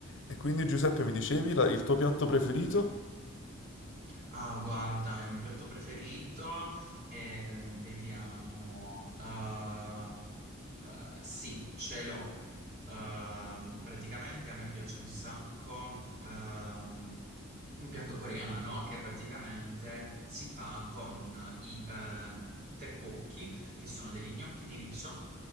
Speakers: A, on the left (about 65°); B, on the right (about 50°).
A: E quindi Giuseppe mi dicevi la- il tuo piatto preferito?
B: Ah, guarda, il mio piatto preferito è, vediamo, eh, eh, sì, ce l'ho. Ehm, praticamente a me piace un sacco ehm, un piatto coreano che praticamente si fa con i ehm, tteokbokki, che sono degli gnocchi di riso,